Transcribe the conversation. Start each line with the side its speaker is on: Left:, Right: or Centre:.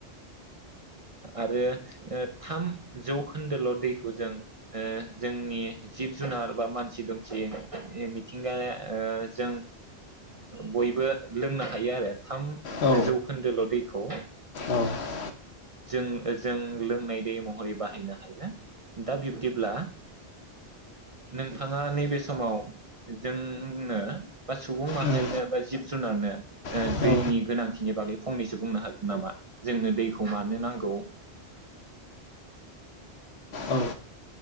Right: आरो थाम जौखोन्दोल दैखौ जों ओ जोंनि जिब जुनार बा मानसि दुमसि मिथिंगाया ओ जों बयबो लोंनो हायो आरो। थाम
Left: औ
Right: जौखोन्दोल दै खौ
Left: औ
Right: जों जों लोंनाय दै महरै बाहायनो हायो ना। दा बिब्दिब्ला नोंथाङा नैबे समाव जोंनो बा सुबुं माहारिनो
Left: उम
Right: बा जिब जुनारनो ओ
Left: औ
Right: दैनि गोनांथिनि बागै फंनैसो बुंनो हागोन नामा जोंनो दैखौ मानो नांगौ?
Left: औ